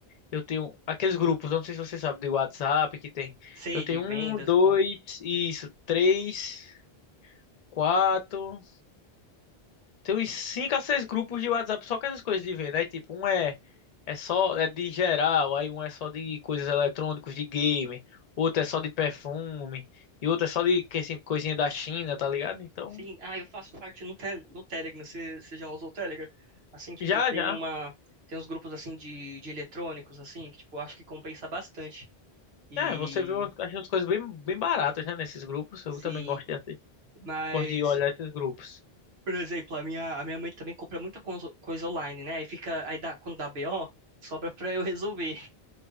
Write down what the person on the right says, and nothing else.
Sei
de vendas
e compro.
Sim, ah, eu faço parte no, tel no Telegram, você você já usou o Telegram? Assim, tipo,
tem
uma... Tem uns grupos, assim, de, de eletrônicos, assim, que, tipo, eu acho que compensa bastante. E...
Sim,
mas...
Por exemplo, a minha, a minha mãe também compra muita conso- coisa online, né? Aí fica... Aí dá, quando dá BO, sobra pra eu resolver.